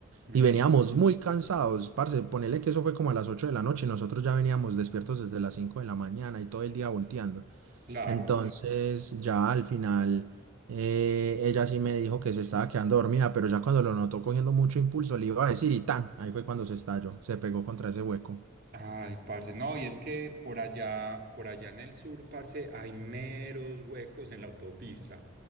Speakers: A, on the right; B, on the right.
A: Ujú,
B: Y veníamos muy cansados, parce, ponele que eso fue como a las 8 de la noche y nosotros ya veníamos despiertos desde las 5 de la mañana y todo el día volteando.
A: Claro.
B: Entonces, ya al final, eh, ella sí me dijo que se estaba quedando dormida, pero ya cuando lo notó cogiendo mucho impulso, le iba a decir y tan, ahí fue cuando se estalló, se pegó contra ese hueco.
A: Ay, parce, no, y es que por allá, por allá en el sur, parce, hay meros huecos en la autopista.